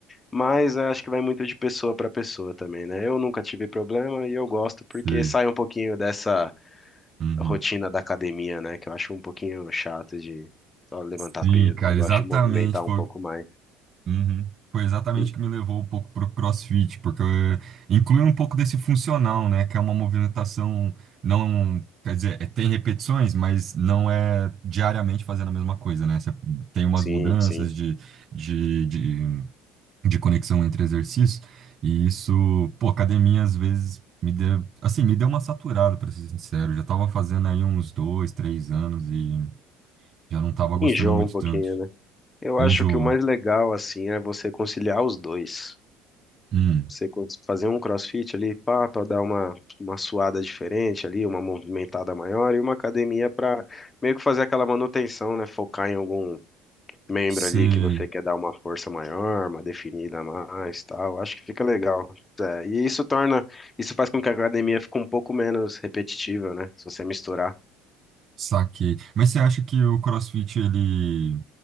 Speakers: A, on the left; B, on the right.
A: Mas eu acho que vai muito de pessoa para pessoa também, né? Eu nunca tive problema e eu gosto porque
B: sei.
A: sai um pouquinho dessa
B: Uhum.
A: rotina da academia, né? Que eu acho um pouquinho chato de só levantar
B: Sim,
A: peso.
B: cara,
A: Eu gosto
B: exatamente.
A: de movimentar
B: Foi,
A: um pouco mais.
B: uhum. Foi exatamente
A: E-
B: o que me levou um pouco pro CrossFit, porque eh, inclui um pouco desse funcional, né? Que é uma movimentação, não, quer dizer, eh, tem repetições, mas não é diariamente fazendo a mesma coisa, né? Você tem umas
A: sim,
B: mudanças
A: sim.
B: de, de, de de conexão entre exercícios, e isso, pô, academia às vezes me deu, assim, me deu uma saturada, para ser sincero. Eu já tava fazendo aí uns dois, três anos e já não tava gostando
A: Enjoa
B: muito
A: um pouquinho,
B: tanto.
A: né? Eu
B: Enjoa.
A: acho que o mais legal, assim, é você conciliar os dois.
B: Hum,
A: Você cons- fazer um crossfit ali, pá, pra dar uma, uma suada diferente ali, uma movimentada maior, e uma academia pra meio que fazer aquela manutenção, né? Focar em algum membro
B: sei,
A: ali que você quer dar uma força maior, uma definida a mais, tal. Acho que fica legal. É, e isso torna, isso faz com que a academia fique um pouco menos repetitiva, né? Se você misturar.
B: saquei. Mas você acha que o CrossFit, ele,